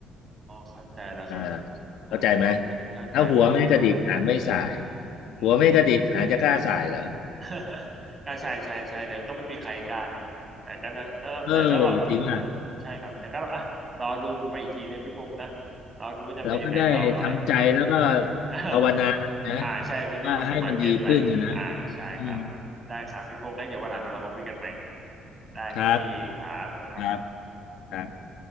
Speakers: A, on the right; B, on the left.
A: เข้าใจแล้วครับ
B: อ่า
A: อ่าแต่เข้าใจครับ
B: เข้าใจไหมถ้าหัวไม่กระดิกหางไม่ส่าย
A: อืม
B: หัวไม่กระดิกหางจะกล้าส่ายเหรอ
A: <laughs> ก็ใช่ใช่ใช่เนี่ยก็ไม่มีใครกล้านะแต่ก็นะแต่แต่ก็รอแต่
B: เออจริงป่ะ
A: ใช่ครับแต่ก็รออ่ะรอดูกันไปอีกทีนะพี่พงษ์นะรอดูว่าจะเป็นยังไงต่อไป
B: เราก็ได้ทำใจแล้วก็
A: <laughs>
B: ภาวนานะ
A: อ่าใช่ใช่ไหมยุคสมัยเปลี่ยนไปอ่าใช่ครับได้ครับพี่พงษ์งั้นเดี๋ยววันหลังเรามาคุยกันใหม่
B: ว่าให้มันดีขึ้นนะนะอืม
A: ได้ครับพี่ครับผมครับ
B: ครับครับ ครับ